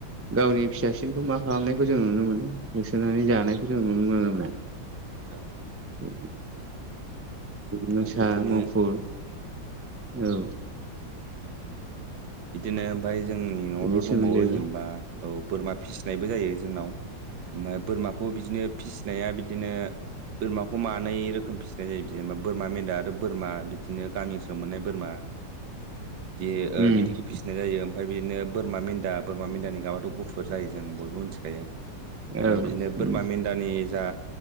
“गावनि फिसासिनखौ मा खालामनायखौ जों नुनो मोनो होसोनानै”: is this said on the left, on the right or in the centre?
Right